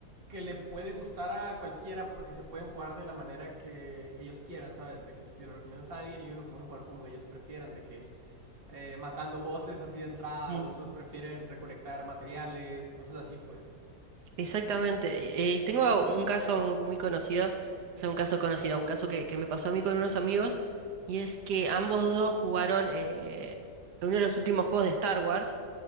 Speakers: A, on the right (about 35°); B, on the right (about 80°).
A: que le puede gustar a cualquiera porque se pueden jugar de la manera que ellos quieran, ¿sabes? De que si se lo recomiendas a alguien, ellos lo pueden jugar como ellos prefieran, de que eh, matando voces así de entrada,
B: Mm.
A: otros prefieren recolectar materiales, cosas así, pues.
B: exactamente. Eh, tengo un caso muy, muy conocido, o sea, un caso conocido, un caso que, que me pasó a mí con unos amigos, y es que ambos dos jugaron eh, uno de los últimos juegos de Star Wars.